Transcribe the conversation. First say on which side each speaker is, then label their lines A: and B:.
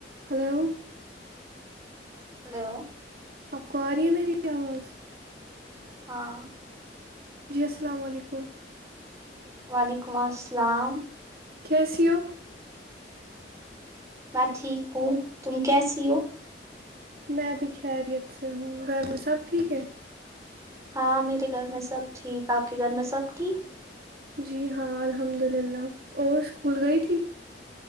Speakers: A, on the right (about 60°); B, on the right (about 20°).
A: hello
B: hello
A: آپ کو آ رہی ہے میری آواز
B: ہاں
A: جی السلام علیکم
B: وعلیکم السلام
A: کیسییو
B: میں ٹھیک ہوں تم کیسی ہو
A: میں بھی خیریت سے ہوں گھر میں سب ٹھیک ہے
B: ہاں میرے گھر میں سب ٹھیک آپ کے گھر میں سب ٹھیک
A: جی ہاں الحمد للہ اور اسکول گئی تھی